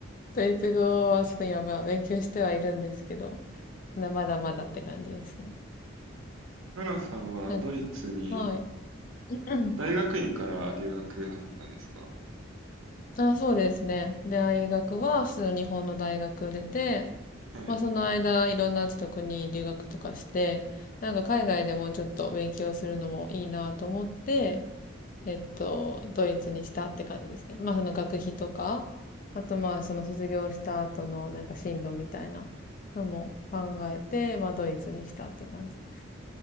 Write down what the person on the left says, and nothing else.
ドイツ語はちょっと今、まあ勉強してはいるんですけど、なまだまだって感じですね。
なんか、はい。<clears throat>
あ、そうですね。で、大学は普通の日本の大学出て、
まあその間いろんなちょっと国留学とかして、なんか海外でもうちょっと勉強するのもいいなと思って、えっと、ドイツにしたって感じですね。まあその学費とか、あとまあその卒業した後のなんか進路みたいなのも考えて、まあドイツにしたって感じです。